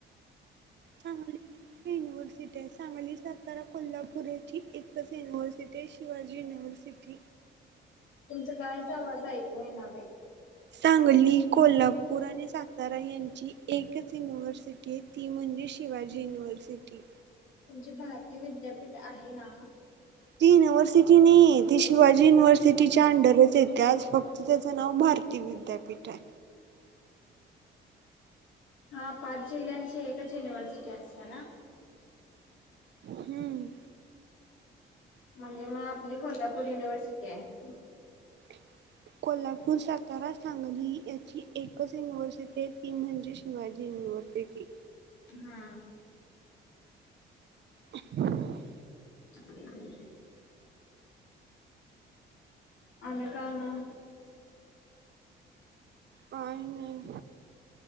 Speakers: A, on the right; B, on the left.
A: चांगली युनिव्हर्सिटी आहे सांगली सातारा कोल्हापूर याची एकच युिवर्सिटी शिवाजी युनिव्हर् त सिट
B: तुमचा कायच आवाज ऐकू आहे ना बाई
A: सांगली कोल्हापूर आणि सातारा यां एकच युनिव्हर्सिटी आहे ती म्हणजे शिवाजी युनिव्हर्सिटी
B: तुमचे भारती विद्यापीठ आहे ना
A: ती युनिव्हर्सिटी नाही ती शिवाजी युनिव्हर्सिटीच्या अंडरच येते आज फक्त त्याचं नाव भारती विद्यापीठ आहे
B: हा पाच जिल्ह्यांची एकच युनिव्हर्सिटी असते ना
A: हम्म
B: म्हणजे मग आपली कोल्हापूर युनिव्हर्सिटी आहे
A: <inaudible> कोल्हापूर सातारा सांगली याची एकच युनिवार्सिटी ती म्हणजे माजी न प क
B: हा
A: बरोबर <inaudible>
B: <inaudible> आणि काय मग
A: काय नाही